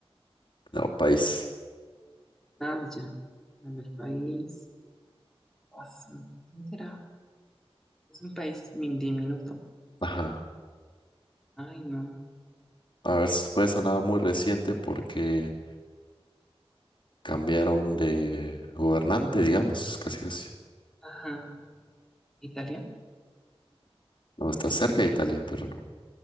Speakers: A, on the left; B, in the centre.
A: No, país.
B: Ah, ya. A ver, país. Oso, ¿Quién será? Es un país min- diminuto.
A: Ajá.
B: Ay, no.
A: A ver, fue sonada muy reciente porque cambiaron de gobernante, digamos, casi casi.
B: Ajá. ¿Italia?
A: No, está cerca de Italia, pero no.